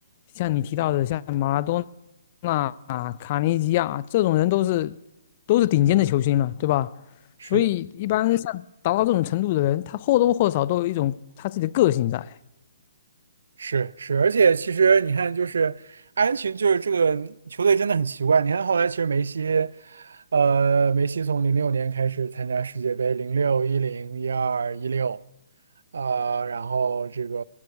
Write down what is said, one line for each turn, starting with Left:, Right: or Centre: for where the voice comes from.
Left: 像你提到的，像马拉多纳啊、卡尼吉亚啊这种人都是都是顶尖的球星了，对吧？
Right: 是的，
Left: 所以一般像达到这种程度的人，他或多或少都有一种他自己的个性在。
Right: 是是，而且其实你看，就是阿根廷，就是这个球队真的很奇怪。你看后来，其实梅西，呃，梅西从零六年开始参加世界杯，零六、一零、一二、一六，呃，然后这个